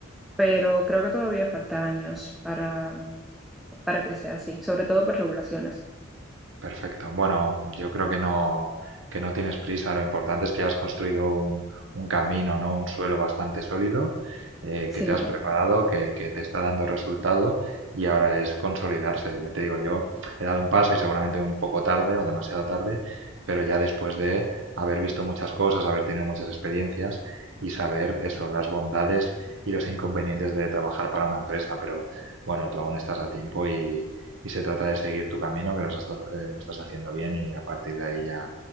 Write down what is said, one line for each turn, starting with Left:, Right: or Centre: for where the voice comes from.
Centre: pero creo que todavía falta años para, para que sea así, sobre todo por regulaciones.
Right: Perfecto. Bueno, yo creo que no, que no tienes prisa. Lo importante es que has construido un, un camino, ¿no? Un suelo bastante sólido, eh,
Centre: Sí,
Right: que te has preparado, que, que te está dando resultado y ahora es consolidarse. Ya te digo, yo he dado un paso y seguramente un poco tarde o demasiado tarde, pero ya después de haber visto muchas cosas, haber tenido muchas experiencias y saber eso, las bondades y los inconvenientes de trabajar para una empresa. Pero bueno, tú aún estás a tiempo y y se trata de seguir tu camino, que lo estás, eh, lo estás haciendo bien y a partir de ahí ya,